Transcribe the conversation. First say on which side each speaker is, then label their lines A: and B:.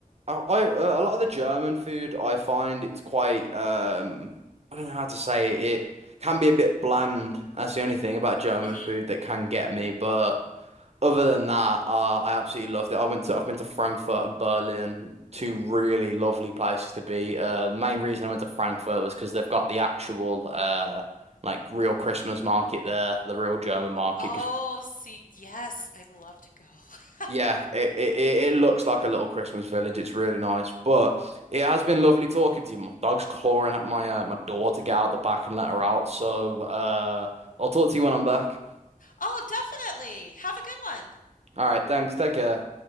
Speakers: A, on the right (about 50°); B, on the left (about 70°).
A: I, I uh, a lot of the German food, I find it's quite, um, I don't know how to say it. It can be a bit bland. That's the only thing about German
B: <laughs> hmm
A: food that can get me. But Other than that, uh, I absolutely loved it. I went to I've been to Frankfurt and Berlin, two really lovely places to be. Uh, main reason I went to Frankfurt was because they've got the actual uh like real Christmas market there, the real German market.
B: Oh,
A: Because
B: see, yes, I'd love to go. <laughs>
A: yeah, it, it it it looks like a little Christmas village. It's really nice, but it has been lovely talking to you. My dog's clawing at my uh, my door to get out the back and let her out. So uh, I'll talk to you when I'm back.
B: Oh, definitely. Have a good one.
A: All right, thanks. Take care.